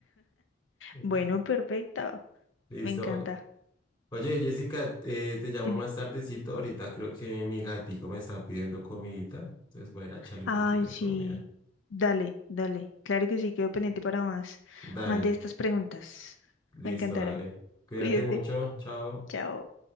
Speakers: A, on the left; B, on the left.
A: <laughs>
B: Bueno, perfecto.
A: Listo.
B: Me encanta.
A: Oye, Jessica, eh, te llamo
B: Dime.
A: más tardecito. Ahorita creo que mi gatico me está pidiendo comidita. Entonces voy a ir a echarle
B: Ay,
A: un poquito de
B: sí.
A: comida.
B: Dale, dale. Claro que sí, quedo pendiente para más,
A: Dale,
B: más de estas preguntas.
A: listo,
B: Me encantaron.
A: dale. Cuídate
B: Cuídate.
A: mucho. Chao.
B: Chao.